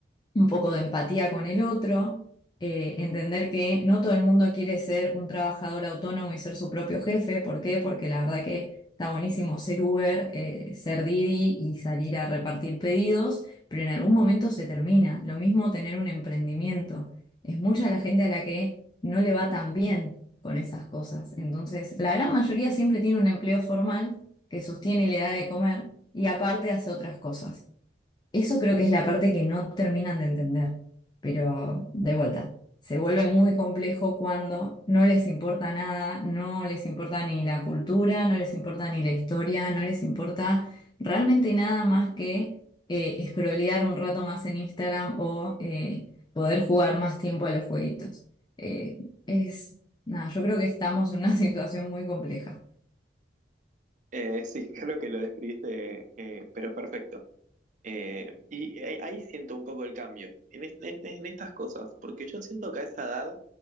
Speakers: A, on the left; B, on the right.
A: un poco de empatía con el otro, eh, entender que no todo el mundo quiere ser un trabajador autónomo y ser su propio jefe. ¿Por qué? Porque la verdad que está buenísimo ser Uber, eh, ser Didi y salir a repartir pedidos, pero en algún momento se termina. Lo mismo tener un emprendimiento. Es mucha la gente a la que no le va tan bien con esas cosas. Entonces, la gran mayoría siempre tiene un empleo formal que sostiene y le da de comer y aparte hace otras cosas. Eso creo que es la parte que no terminan de entender, pero de vuelta, se vuelve muy complejo cuando no les importa nada, no les importa ni la cultura, no les importa ni la historia, no les importa realmente nada más que eh, scrollear un rato más en Instagram o eh, poder jugar más tiempo a los jueguitos. Eh, es, nada, yo creo que estamos en una <laughs> situación muy compleja.
B: Eh, sí, <laughs> creo que lo describiste, eh, pero perfecto. Eh, y ahí ahí siento un poco el cambio en, es- en- en estas cosas, porque yo siento que a esa edad